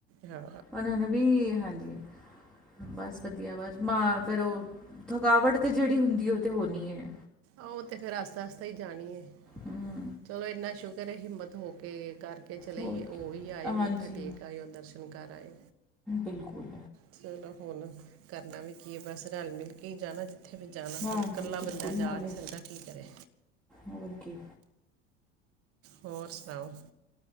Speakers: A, on the right; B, in the centre.
A: ਹਾਂ
B: ਉਹਨਾਂ ਨੇ ਵੀ, ਹਾਂਜੀ। ਬਸ ਵਧੀਆ, ਬਸ ਮ ਫੇਰ ਉਹ, ਥਕਾਵਟ ਤੇ ਜਿਹੜੀ ਹੁੰਦੀ ਏ। ਉਹ ਤੇ ਹੋਣੀ ਹੈ।
A: ਆਹ ਤੇ ਫੇਰ, ਆਸਤਾ- ਆਸਤਾ ਹੀ ਜਾਣੀ ਏ।
B: ਹਮ
A: ਚਲੋ ਇੰਨਾ ਸ਼ੁਕ ਰੇ, ਹਿੰਮਤ ਹੋ ਕੇ, ਕਰਕੇ ਚਲੇ,
B: ਹੋਰ
A: ਉਹ
B: ਕੀ
A: ਵੀ ਆਇਓ।
B: ਹਾਂਜੀ
A: ਮੱਥਾ ਟੇਕ ਆਇਓ ਦਰਸ਼ਨ। ਹੁਣ ਕਰ ਆਏ
B: ਬਿਲਕੁਲ
A: ਚਲੋ ਹੁਣ ਕਰਨਾ ਵੀ ਕੀ ਹੈ ਬਸ ਰਲ ਮਿਲ ਕੇ ਜਾਣਾ ਉੱਥੇ ਵੀ ਜਾਣਾ
B: ਹਾਂਜੀ
A: ਹੁਣ ਇਕੱਲਾ
B: ਬਿਲਕੁਲ
A: ਬੰਦਾ
B: ਨਾਲੇ
A: ਜਾ ਨਹੀਂ ਸਕਦਾ ਕੀ ਕਰੇ
B: ਹੋਰ ਕੀ
A: ਹੋਰ ਸੁਣਾਓ